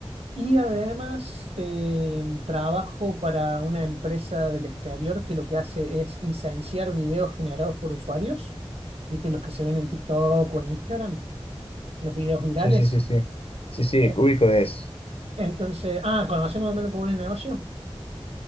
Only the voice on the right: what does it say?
y además eh, trabajo para una empresa del exterior que lo que hace es licenciar videos generados por usuarios, ¿viste? Los que se ven en TikTok o en Instagram, los videos virales.
Eh,
entonces, ah, ¿conocemos más o menos cómo es el negocio?